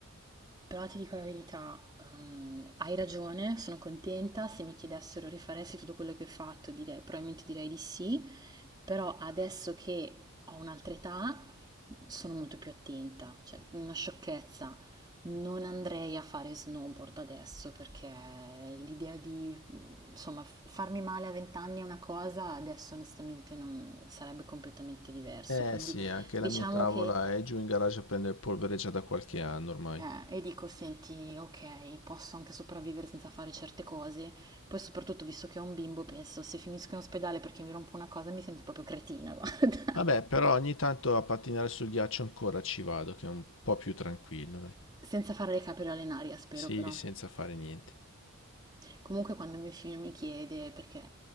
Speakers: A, on the right; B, on the left.
A: Però ti dico la verità, ehm, hai ragione, sono contenta. Se mi chiedessero rifaresti tutto quello che ho fatto, direi, probabilmente direi di sì, però adesso che ho un'altra età sono molto più attenta, cioè una sciocchezza. Non andrei a fare snowboard adesso perché l'idea di, insomma, farmi male a 20 anni è una cosa, adesso onestamente non sarebbe completamente diverso.
B: Eh
A: Quindi
B: sì, anche
A: diciamo
B: la mia tavola
A: che
B: è giù in garage a prendere polvere già da qualche anno ormai.
A: eh, e dico, senti, ok, posso anche sopravvivere senza fare certe cose. Poi soprattutto, visto che ho un bimbo, penso, se finisco in ospedale perché mi rompo una cosa, mi sento proprio cretina, guarda.
B: Vabbè, però ogni tanto a pattinare sul ghiaccio ancora ci vado, che è un po' più tranquillo, dai.
A: <laughs> Senza fare le capriole in aria, spero
B: Sì,
A: però.
B: senza fare niente.
A: Comunque quando mio figlio mi chiede, perché